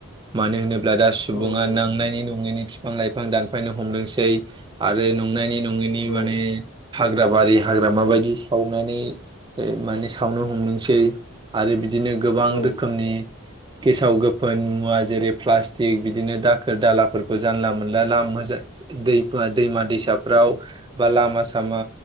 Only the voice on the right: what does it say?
मानो होनो ब्ला दा सुबुङा
नांनायनि
नङैनि बिफां लाइफां दानफायनो हमदोंसै आरो नंनायनि नंङैनि
माने हाग्राबारि हाग्रामाबादि सावनानै ओ माने सावनो हमदोंसै आरो बिदिनो गोबां
रोखोमनि गेसाव गोफोन मुवा जेरै प्लास्टिक बिदिनो दाखोर दालाफोरखौ जानला मोनला लामा मोजां दै-दैमा दैसाफोराव बा लामा सामा